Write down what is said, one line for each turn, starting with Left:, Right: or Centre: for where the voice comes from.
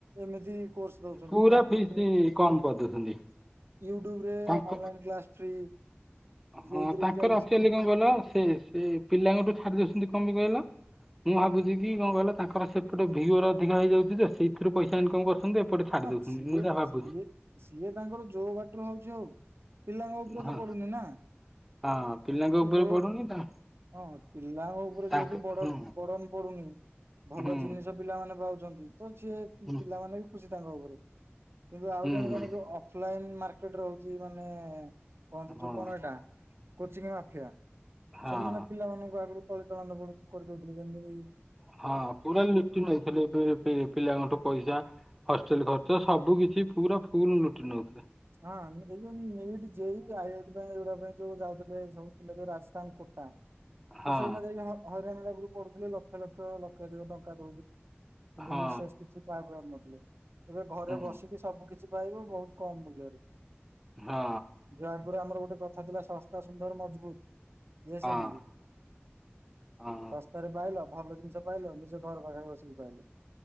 Right: ଏମିତି କୋର୍ସ ଦଉଛନ୍ତି
Centre: ପୁରା
Right: ତାପରେ
Centre: ଫିସ୍
Right: ବି
Centre: କମ କରିଦଉଛନ୍ତି।
Right: ୟୁଟ୍ୟୁବ ରେ
Centre: ତାଙ୍କ
Right: ଅନଲାଇନ୍ କ୍ଲାସ ଫ୍ରି।
Centre: ହଁ
Right: ସେଇଥିରେ
Centre: ତାଙ୍କର
Right: ବି ଚାଲିଛି
Centre: ଅକ୍ଚୁଆଲି କଣ କହିଲ ସେ ସେ ପିଲାଙ୍କଠୁ ଛାଡି ଦଉଛନ୍ତି କଣ ପାଇ କହିଲ। ମୁଁ ଭାବୁଛି କି କଣ କହିଲ ତାଙ୍କର ସେପଟେ ଭିଓର ଅଧିକା ହେଇଯାଉଛି ଯେ ସେଇଥିରୁ ପଇସା ଇନକମ କରୁଛନ୍ତି। ଏପଟେ ଛାଡି
Right: ହଁ
Centre: ଦଉଛନ୍ତି
Right: ସିଏ
Centre: ମୁଁ ଯାହା ଭାବୁଛି
Right: ସିଏ ସିଏ ତାଙ୍କର ଯୋଉ ବାଟରୁ ହଉଛି ହଉ। ପିଲାଙ୍କ ଉପରେ
Centre: ହଁ
Right: ତ ପଡୁନି ନା।
Centre: ହଁ ପିଲାଙ୍କ
Right: ସେ
Centre: ଉପରେ
Right: ଯୋଉ
Centre: ପଡୁନି ତ
Right: ହଁ ପିଲାଙ୍କ ଉପରେ
Centre: ତାଙ୍କ
Right: ଯେହେତୁ ବଡ
Centre: ହୁଁ
Right: ବୋର୍ଡନ୍ ପଡୁନି। ଭଲ
Centre: ହୁଁ
Right: ଜିନିଷ ପିଲାମାନେ ପାଉଛନ୍ତି ତ ସିଏ
Centre: ହୁଁ
Right: ପିଲାମାନେ ବି ଖୁସି ତାଙ୍କ ଉପରେ। କିନ୍ତୁ ଆଉ
Centre: ହୁଁ
Right: ଜଣେ ଜଣେ ଯୋଉ ଅଫଲାଇନ ମାର୍କେଟ ରହୁଛି ମାନେ କହନ୍ତି
Centre: ହଁ
Right: ଯୋଉ କଣ ଏଇଟା କୋଚିଂ ମାଫିଆ
Centre: ହଁ
Right: ସେମାନେ ପିଲାମାନଙ୍କୁ ଆଗୁରୁ ତଳିତଳାନ୍ତ କ କରିଦଉଥିଲେ ଯେମତି
Centre: ହଁ ପୁରା ଲୁଟି ନେଇଥିଲେ ଏବେ ପି ପିଲାଙ୍କଠୁ ପଇସା ହଷ୍ଟେଲ ଖର୍ଚ ସବୁ କିଛି ପୁରା ଫୁଲ ଲୁଟି ନଉଥିଲେ।
Right: ହଁ ଏଇ ନିଟ୍ ଯେଇ ଆଇ ଆଇଟି ପାଇ ଏଗୁଡା ପାଇ ଯୋଉ ଯାଉଥିଲେ ସବୁ ପିଲା ଯୋଉ ରାଜସ୍ଥାନ କୋଟା।
Centre: ହଁ
Right: ତ ସେଇନା ଯାଇକି ହ ହଇରାଣ ହେବାକୁ ପଢୁଥିଲେ ଲକ୍ଷ ଲକ୍ଷ ଲ କେତେକ ଟଙ୍କା ଦଉଥିଲେ କିନ୍ତୁ
Centre: ହଁ
Right: ବିଶେଷ କିଛି ପାଇପାରୁ ନଥିଲେ। ଏବେ ଘରେ
Centre: ହୁଁ
Right: ବସିକି ସବୁ କିଛି ପାଇବ ବହୁତ କମ ମୂଲ୍ୟରେ।
Centre: ହଁ।
Right: ଯୋ ଆଗରୁ ଆମର ଗୋଟେ କଥା ଥିଲା ଶସ୍ତା ସୁନ୍ଦର ମଜବୁତ। ଇଏ
Centre: ହଁ
Right: ସେମିତି
Centre: ହଁ
Right: ସ ତାରେ ପାଇଲ ଭଲ ଜିନିଷ ପାଇଲ ନିଜ ଘର ଘରେ ବସିକି ପାଇଲ।